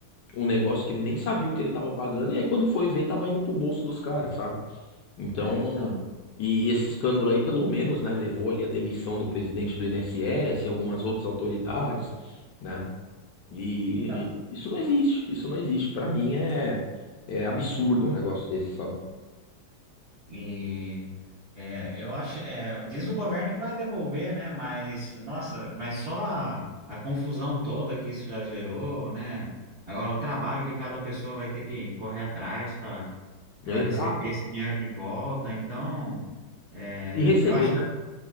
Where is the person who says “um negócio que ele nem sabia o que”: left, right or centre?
Left